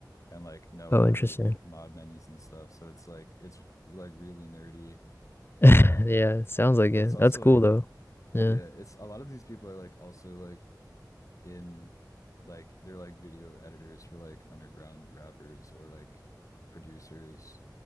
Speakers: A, on the left; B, on the left.
A: and like know
B: Oh,
A: how
B: interesting.
A: to make mod menus and stuff. So it's like it's like really nerdy.
B: <laughs>
A: Um,
B: Yeah, sounds like
A: but
B: it.
A: it's also
B: That's cool
A: like
B: though. Yeah.
A: Yeah, it's a lot of these people are like also like in like they're like video editors for like underground rappers or like producers.